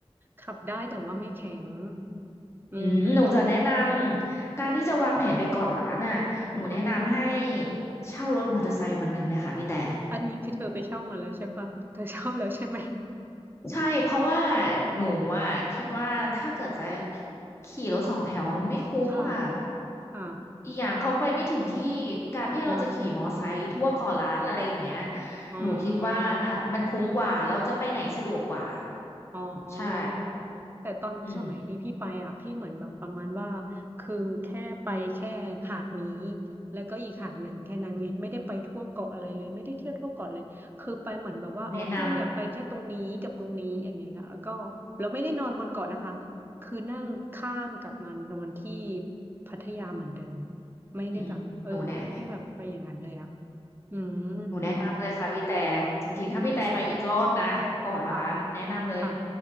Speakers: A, on the right; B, on the left.
A: ขับได้แต่ว่าไม่แข็งอืม
B: อืมหนูจะแนะนำการที่จะวางแผนไปเกาะล้านน่ะหนูแนะนำให้เช่ารถมอเตอร์ไซค์วันหนึ่งเลยค่ะพี่แต่
A: อันนี้คือเธอไปเช่ามาแล้วใช่ปะเธอเช่าแล้วใช่ไหม
B: ใช่เพราะว่าหนูอ่ะคิดว่าถ้าเกิดจะขี่รถสองแถวมันไม่คุ้มค่ะ
A: ค่ะค่ะ
B: อีกอย่างเขาไปไม่ถึงที่การที่เราจะขี่มอไซค์ทั่วเกาะล้านอะไรอย่างเงี้ย
A: อ๋ออ๋อ
B: หนูคิดว่ามันคุ้มกว่าเราจะไปไหนสะดวกกว่า
A: อ๋อ
B: ใช่
A: แต่ตอนสมัยที่พี่ไปอ่ะพี่เหมือนแบบประมาณว่า
B: อืม
A: คือแค่ไปแค่หาดนี้แล้วก็อีกหาดหนึ่งแค่นั้นไงไม่ได้ไปทั่วเกาะอะไรเลยไม่ได้เที่ยวทั่วเกาะเลยคือไปเหมือนแบบว่าอ๋อเพื่อนอยากไปแค่ตรงนี้กับตรงนี้อย่างเงี้ยแล้วก็เราไม่ได้นอนบนเกาะนะคะคือนั่งข้ามกลับมานอนที่
B: แนะน
A: พัทยาเหมือนเดิม
B: ำอืมหนูเนี่ย
A: ไม่ได้แบบเออไม่ได้แบบไปอย่างนั้นเลยอ่ะอืม
B: หนูแนะนำเลยค่ะพี่แต่จริงๆถ้าพี่แต่ไปอีกรอบนะเกาะล้านแนะนำเลย
A: ค่ะค่ะ